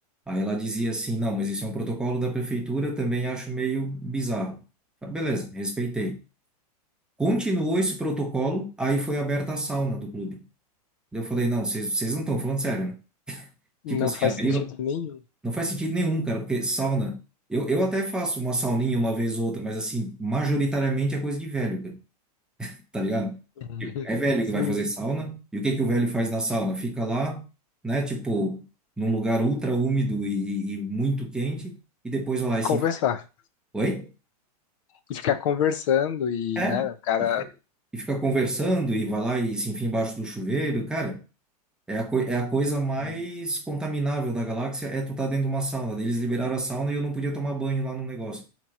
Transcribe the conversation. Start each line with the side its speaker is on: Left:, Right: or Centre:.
Centre: Aí ela dizia assim, não, mas isso é um protocolo da prefeitura, também acho meio bizarro. Tá, Beleza, respeitei. Continuou esse protocolo, aí foi aberta a sauna do clube. Daí Eu falei, não, vocês vocês não estão falando sério, né?
Left: Não
Centre: Tipo assim,
Left: faz
Centre: abriram.
Left: sentido nenhum.
Centre: Não faz sentido nenhum, cara, porque sauna. Eu, eu até faço uma sauninha uma vez ou outra, mas assim, majoritariamente é coisa de velho, cara, tá ligado?
Left: Uhum.
Centre: É velho
Left: Sim,
Centre: que vai fazer
Left: sim.
Centre: sauna. E o que que o velho faz na sauna? Fica lá, né? Tipo, num lugar ultra úmido e, e- e muito quente, e depois vai lá e
Left: Conversar.
Centre: se. enfi- Oi?
Left: E ficar conversando e,
Centre: É?
Left: né, o cara.
Centre: E fica, e fica conversando e vai lá e se enfia embaixo do chuveiro, cara. É a, coi- é a coisa mais
Left: Uhum.
Centre: contaminável da galáxia é tu tá dentro de uma sauna. Daí Eles liberaram a sauna e eu não podia tomar banho lá no negócio.